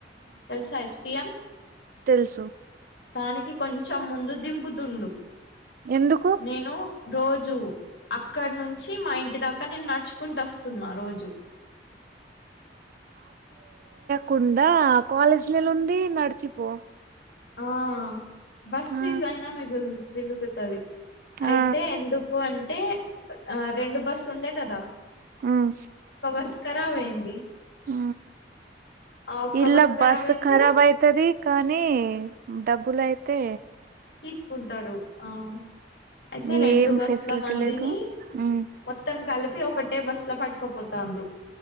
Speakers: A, on the left (about 75°); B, on the right (about 50°).
A: తెల్సా ఎస్ పి ఎం
B: తెల్సు
A: దానికి కొంచెం ముందు దింపుతుండు
B: ఎందుకు
A: నేను రో జు అక్కడ నుంచి మా ఇంటి దాకా నేను నడుచుకుంటూ వస్తున్నా రోజు
B: కుండా కాలేజ్ల ఉండి నడిచిపో
A: ఆ బస్ ఫీజ్
B: ఆ
A: అయినా మిగుల్ మిలుగుతది అయితే
B: ఆ
A: ఎందుకు అంటే రెండు బస్సు ఉండే కదా
B: ఉమ్
A: ఒక బస్ కరాబ్ అయింది
B: హ
A: ఆ ఒక్క
B: ఇలా బస్
A: అయితే
B: ఖరాబ్ అయితది కానీ డబ్బులు అయితే
A: తీసుకుంటారు ఆ అయితే
B: ఏం
A: రెండు బస్ల
B: ఫెసిలిటీ
A: మందిని
B: లేదు హ్మ్
A: మొత్తం కలిపి ఒకటే బస్ల పట్ కపోతండు